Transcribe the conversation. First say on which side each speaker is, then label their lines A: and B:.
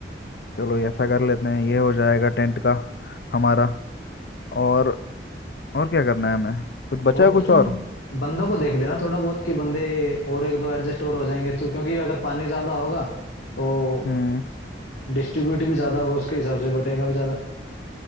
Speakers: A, on the left (about 60°); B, on the left (about 85°).
A: चलो ये ऐसा कर लेते हैं ये हो जाएगा टेंट का हमारा और और क्या करना है हमें कुछ बचा
B: और
A: है कुछ
B: तो तुम
A: और
B: बंदों को देख लेना थोड़ा बहुत कि बंदे और एक दो एडजस्ट और हो जाएंगे तो क्योंकि अगर पानी ज्यादा होगा तो
A: हम्म
B: डिस्ट्रीब्यूट भी ज्यादा होगा उसके हिसाब से बटेगा भी ज्यादा